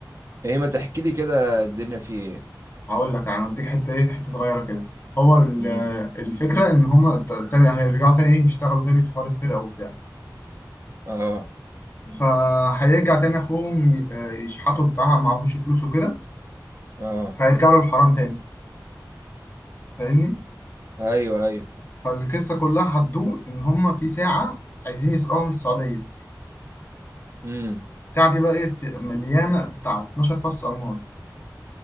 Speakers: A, on the right; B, on the left.
A: ايه ما تحكي لي كده الدنيا فيه ايه
B: هقول لك يعني اديك حتة ايه حتة صغيرة كده هو ال-
A: امم
B: آه، الفكرة ان هما ت- تاني هيرجعوا تاني ايه يشتغلوا تاني في حوار السرقة وبتاع
A: اه
B: فهيرجع تاني اخوهم ي- اه يشحتوا بتاع معهوش فلوس وكده
A: اه
B: فهيرجع له الحرام تاني فاهمني
A: ايوه ايوه
B: فالقصة كلها هتدور ان هما في ساعة عايزين يسرقوها من السعودية
A: امم
B: الساعة دي بقى ايه في- مليانة بتاع 12 فص ألماس